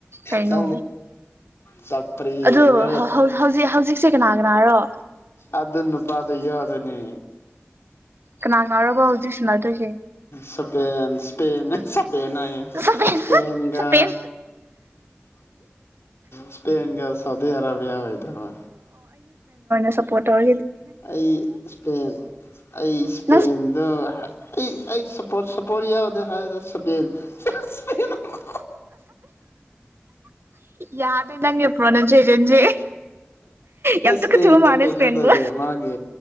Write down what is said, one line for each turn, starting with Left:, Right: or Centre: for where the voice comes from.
Right: ꯀꯩꯅꯣ
Left: ꯀ ꯆꯄ꯭ꯔꯤ
Right: ꯑꯗꯨ
Left: ꯔꯤꯕꯔ
Right: ꯍꯧꯖꯤꯛ ꯍꯧꯖꯤꯛꯁꯦ ꯀꯅꯥ ꯀꯅꯥꯔꯣ
Left: ꯑꯗꯨ ꯑꯗꯨꯅ ꯄꯥꯗ ꯌꯥ ꯑꯗꯨꯅꯤ
Right: ꯀꯅꯥ ꯀꯅꯥꯔꯣꯕ ꯍꯧꯖꯤꯛ ꯁꯥꯟꯅꯗꯣꯏꯁꯦ
Left: ꯁꯄ ꯁꯄ ꯂꯩꯅꯏ
Right: ꯁꯄꯦꯟ
Left: ꯏꯁꯄꯦꯟꯒ
Right: ꯁꯄꯦꯟ
Left: ꯁꯄꯦꯟꯦꯟꯒ ꯁꯧꯗꯤ ꯑꯔꯥꯕꯌꯥꯥ ꯑꯗꯨꯒ
Right: ꯁꯄꯣꯔꯔ
Left: ꯑꯩ ꯏꯁꯄꯦꯟ ꯑꯩ ꯏꯁꯄꯦꯟꯗ
Right: ꯅꯪ
Left: ꯑꯩ ꯑꯩ ꯁꯞꯄꯣꯔꯠ ꯁꯞꯄꯣꯔꯠ ꯌꯥꯎꯗꯦ ꯍꯥꯏꯔꯗ ꯁꯄꯦꯟ <unintelligible> <inaudible>
Right: ꯌꯥꯔꯗ ꯄꯨꯅꯖꯔꯦꯟꯖꯤꯦ ꯌꯥꯝ ꯇ
Left: ꯁ꯭ꯄꯦꯟꯗ
Right: ꯈꯨꯊꯕ ꯃꯥꯅꯦꯁ
Left: ꯀꯩꯅꯣ
Right: ꯐꯦꯟꯕꯣ
Left: ꯇꯧꯒꯦ ꯃꯥꯒꯤ